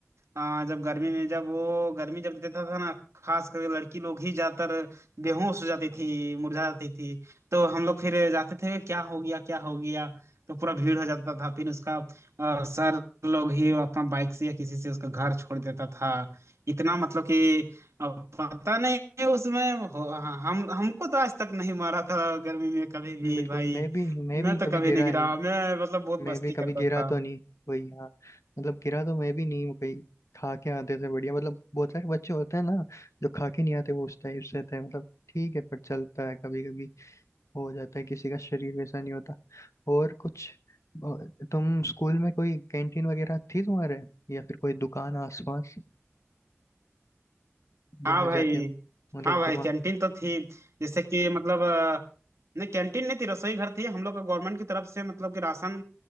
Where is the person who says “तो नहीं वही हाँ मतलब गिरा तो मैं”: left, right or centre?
Left